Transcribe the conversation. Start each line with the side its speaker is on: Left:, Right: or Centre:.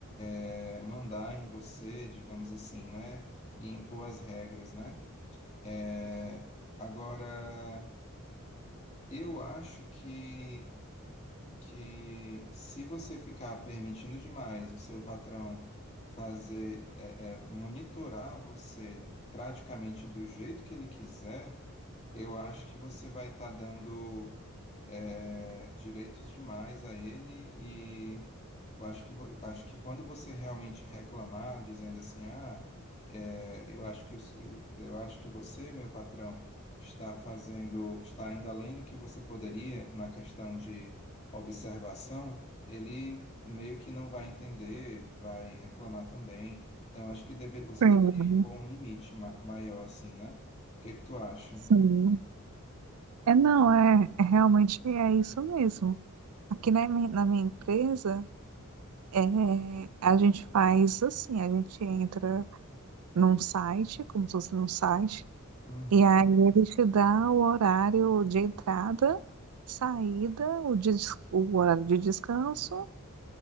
Left: é, mandar em você, digamos assim, né? E impor as regras, né? É, agora Eu acho que, que se você ficar permitindo demais o seu patrão fazer, é, é, monitorar você praticamente do jeito que ele quiser, eu acho que você vai estar dando é, direitos demais a ele e eu acho que, vo- acho que quando você realmente reclamar, dizendo assim, ah, é, eu acho que, os- eu, eu acho que você, meu patrão, está fazendo, está indo além do que você poderia na questão de observação, ele meio que não vai entender, vai reclamar também. Então, acho que deve, você
Right: Sim.
Left: deveria impor um limite ma- maior, assim, né? O que que tu acha?
Right: Sim. É, não, é, é realmente é isso mesmo. Aqui na, mi- na minha empresa, é, a gente faz assim, a gente entra num site, como se fosse num site,
Left: Uhum,
Right: e aí ele te dá o horário de entrada, saída, o, des- o horário de descanso